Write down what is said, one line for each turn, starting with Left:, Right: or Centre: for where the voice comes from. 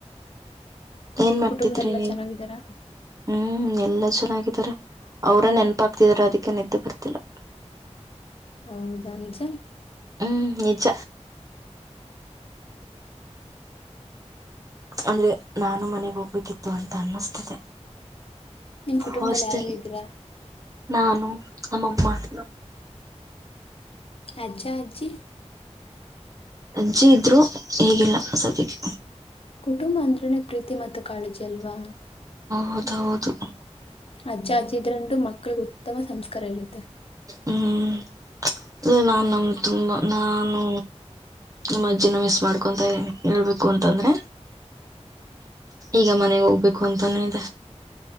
Left: ನಿಮ್
Right: ಏನ್ ಮಾಡ್ತಿದ್ರಿ
Left: ಕುಟುಂಬದಲ್ಲೆಲ್ಲ
Right: ನೀವು
Left: ಚೆನ್ನಾಗಿದ್ದಾರಾ
Right: ಹ್ಮ್ ಎಲ್ಲಾ ಚೆನ್ನಾಗಿದ್ದಾರೆ ಅವ್ರ ನೆನಪಾಗ್ತಿದ್ರ ಅದಕ್ <unintelligible> ನಿದ್ದೆ ಬರ್ತಿಲ್ಲ
Left: ಹೌದಾ ನಿಜ
Right: ಹ್ಮ್ ನಿಜ ಅಂದ್ರೆ ನಾನು ಮನೆಗ ಹೊ <unintelligible> <unintelligible> ಅಂತ ಅನ್ನಿಸ್ತಿದೆ
Left: ನಿಮ್ ಕುಟುಂಬದಲ್ಲಿ
Right: ಹಾಸ್ಟೆಲ್
Left: ಯಾರಾರ್ ಇದ್ದೀರಾ
Right: ನಾನು ನಮ್ಮಮ್ಮ ನಮಪ್ಪ
Left: ಅಜ್ಜ ಅಜ್ಜಿ
Right: ಅಜ್ಜಿ ಇದ್ರು ಇಗಿಲ್ಲ ಸದ್ಯಕ್ಕೆ
Left: ಕುಟುಂಬ ಅಂದ್ರೇನೆ ಪ್ರೀತಿ ಮತ್ತು ಕಾಳಜಿ ಅಲ್ವಾ
Right: ಹೌದೌದು
Left: ಅಜ್ಜ ಅಜ್ಜಿ ಇದ್ರುಂಟು ಮಕ್ಳು ಗೊತ್ತ <unintelligible> ಉತ್ತಮ ಸಂಸ್ಕಾರ ಇರುತ್ತೆ
Right: ಹ್ಮ್ <unintelligible> ನಾ ನಮ್ ತುಂಬಾ ನಾನು ನಮ್ಮ ಅಜ್ಜಿನ ಮಿಸ್ ಮಾಡ್ಕೊತ ಇದ್ದನಿ ಹೇಳ್ಬೇಕು ಅಂತಂದ್ರೆ ಈಗ ಮನೆಗೆ ಹೋಗ್ಬೇಕು ಅಂತಾನೆ ಇದೆ